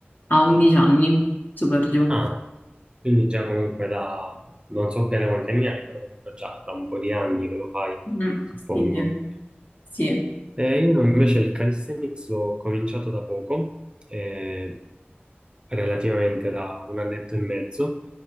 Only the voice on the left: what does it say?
a 11 anni, super giù.
Mm,
sì, sì, sì.